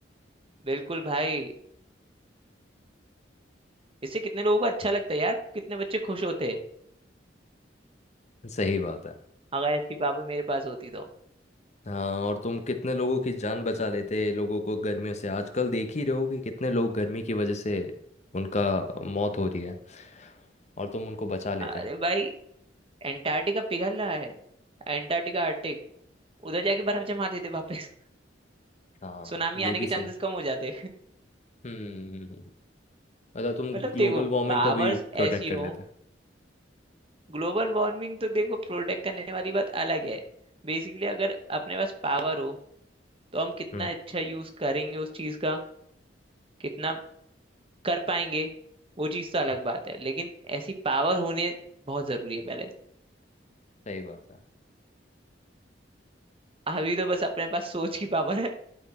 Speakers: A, on the right; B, on the left.
A: बिल्कुल भाई इससे कितने लोगों को अच्छा लगता है यार कितने बच्चे खुश होते हैं
B: सही बात है
A: अगर ऐसी पावर मेरे पास होती तो
B: हाँ और तुम कितने लोगों की जान बचा लेते लोगों को गर्मियों से आजकल देख ही रहे हो कि कितने लोग गर्मी की वजह से उनका मौत हो रही है और तुम उनको बचा लेते
A: अरे
B: हैं
A: भाई एंटार्क्टिका पिघल रहा है एंटार्क्टिका आर्टिक उधर जाके बर्फ जमा देते वापस <laughs>
B: हाँ
A: सुनामी
B: ये
A: आने
B: भी
A: के
B: सही
A: चांसेस कम हो जाते <laughs>
B: हम्म हम्म, हम्म। मतलब तुम
A: मतलब
B: ग्लोबल
A: देखो
B: वार्मिंग
A: पावर्स
B: को भी प्रोटेक्ट
A: ऐसी
B: कर
A: हो
B: लेते हैं।
A: ग्लोबल वार्मिंग तो देखो प्रोटेक्ट करने वाली बात अलग है बेसिकली अगर अपने पास पावर हो तो हम कितना
B: हम्म
A: अच्छा यूज करेंगे उस चीज का कितना कर पाएंगे वो चीज तो अलग
B: हम्म,
A: बात है लेकिन ऐसी पावर होने बहुत जरूरी है पहले
B: सही बात है
A: अभी तो बस अपने पास सोच की पावर है